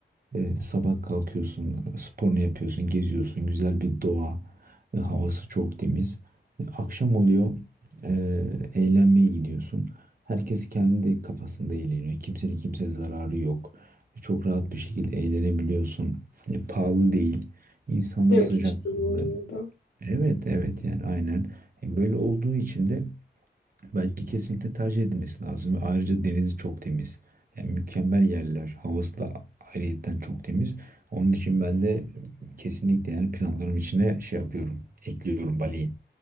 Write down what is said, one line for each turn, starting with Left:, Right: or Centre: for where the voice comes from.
Right: e, sabah kalkıyorsun, sporunu yapıyorsun, geziyorsun, güzel bir doğa, e, havası çok temiz. E, akşam oluyor, e, eğlenmeye gidiyorsun. Herkes kendi kafasında eğleniyor. Kimsenin kimseye zararı yok. E, Çok rahat bir şekilde eğlenebiliyorsun. E, pahalı değil. İnsanları
Left: Evet
Right: sıcakkanlı.
Left: hiç değil bu arada.
Right: Evet, evet yani aynen. E, böyle olduğu için de Bence kesinlikle tercih edilmesi lazım. Ve Ayrıca denizi çok temiz. Yani mükemmel yerler. Havası da ayrıyetten çok temiz. Onun için ben de kesinlikle yani planlarım içine şey yapıyorum. Ekliyorum Bali'yi.